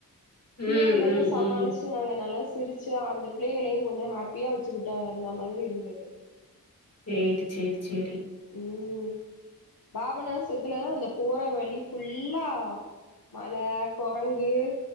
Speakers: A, on the left; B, on the left.
A: பிள்ளைகளையு
B: ம் ம்
A: சமாளிச்சு
B: ம்
A: நாங்க நல்லா சிரிச்சா அந்த பிள்ளேகளயு கொஞ்ச ஹாப்பியா வச்சிகிட்டாருந்த மாதிரி இருந்தது
B: சேரி சேரி சேரி
A: உம் பாபநாசத்துலதா அந்த போற வழி ஃபுல்லா மல கொரங்கு